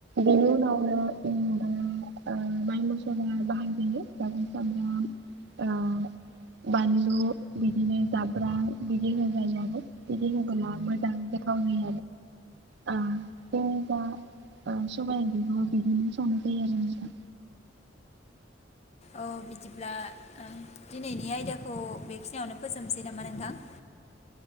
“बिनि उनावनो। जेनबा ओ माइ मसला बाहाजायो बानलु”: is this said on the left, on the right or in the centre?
Right